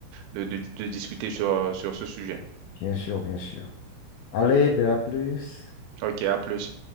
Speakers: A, on the right (about 80°); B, on the left (about 80°).
A: de, de, de discuter sur, sur ce sujet.
B: Bien sûr, bien sûr. Allez, ben à plus.
A: Ok, à plus.